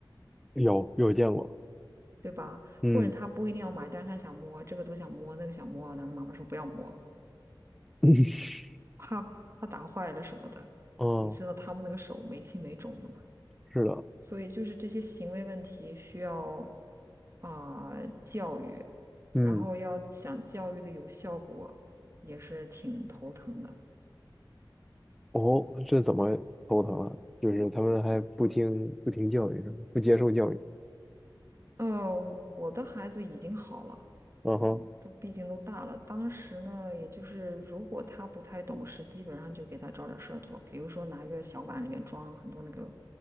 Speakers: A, in the centre; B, on the right.
A: 有有见过。
B: 对吧？
A: 嗯
B: 或者他不一定要买，但是他想摸，这个都想摸，那个想摸，然后妈妈说不要摸，
A: <laughs>，
B: 怕怕打坏了什么的。
A: 哦，
B: 你知道他们那个手没轻没重的
A: 是的。
B: 所以就是这些行为问题需要啊、教育，
A: 嗯，
B: 然后要想教育的有效果，也是挺头疼的。
A: 哦，这怎么头疼啊？就是他们还不听不听教育是吗？不接受教育。
B: 呃，我的孩子已经好了。
A: 嗯哼，
B: 嗯都毕竟都大了，当时呢，也就是如果他不太懂事，基本上就给他找点事儿做，比如说拿一个小碗里面装很多那个